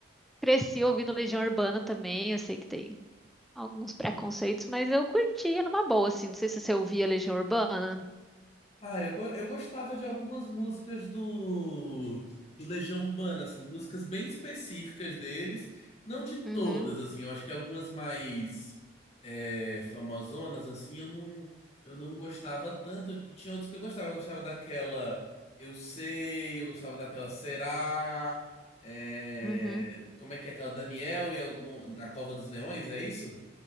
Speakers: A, in the centre; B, on the left.
A: cresci ouvindo Legião Urbana também, eu sei que tem alguns preconceitos, mas eu curtia numa boa, assim. Não sei se você ouvia Legião Urbana.
B: Ah, eu, go- eu gostava de algumas músicas do, do Legião Urbana, assim, músicas bem específicas deles, não de
A: Uhum.
B: todas, assim, eu acho que algumas mais é, famosonas, assim, eu não, eu não gostava tanto, e tinha outros que eu gostava, eu gostava daquela Eu Sei, eu gostava daquela Será, é,
A: Uhum.
B: como é que é aquela Daniel e algum, Na Cova dos Leões, é isso?